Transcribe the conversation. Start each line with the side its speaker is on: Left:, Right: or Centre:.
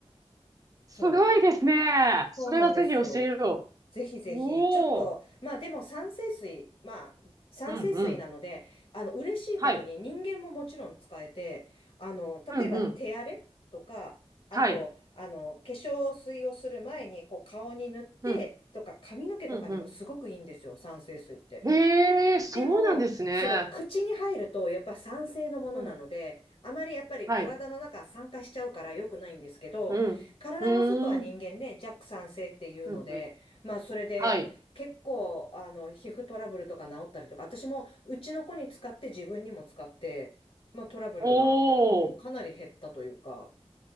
Right: すごいですね。
Left: そう。
Right: それはぜひ教えよ
Left: そうなんですよ。ぜひぜひ、
Right: う。おお。
Left: ちょっと、まあでも酸性水、まあ酸性水なので、
Right: うんうん。
Left: あの嬉しいことに人間ももちろん使えて、
Right: はい。
Left: あの例えば手荒れとか、
Right: うんうん。
Left: あと、
Right: はい。
Left: あの化粧水をする前にこう顔に塗ってとか、
Right: うん。
Left: 髪の毛とかにもすごくいいんですよ、
Right: うんう
Left: 酸性水って。
Right: ん。へえ、そうなんですね。
Left: でも、そう、口に入ると、やっぱ酸性のものなので、
Right: うん。
Left: あまりやっぱり体の中酸化しちゃうから良くないんですけど、
Right: はい。うん。
Left: 体の外は人間ね、
Right: うーん。
Left: 弱酸性っていうので、
Right: うんうん。
Left: まあそれで結構、
Right: はい。
Left: あの、皮膚トラブルとか治ったりとか、私もうちの子に使って自分にも使って、まあトラブルが、
Right: お
Left: うん、
Right: お。
Left: かなり減ったというか、